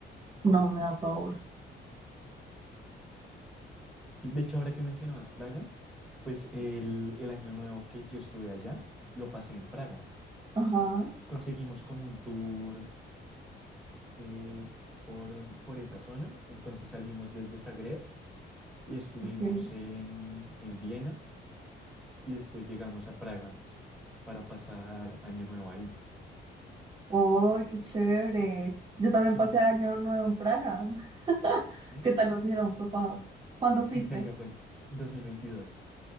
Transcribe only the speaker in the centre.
Sí,
sí. De hecho, ahora que mencionabas Praga, pues el, el año nuevo que yo estuve allá, lo pasé en Praga.
Conseguimos como un tour eh, por, por esa zona. Entonces salimos desde Zagreb y estuvimos
en, en Viena y después llegamos a Praga para pasar año nuevo ahí.
¿Y
sí,
en qué año fue? dos mil veintidós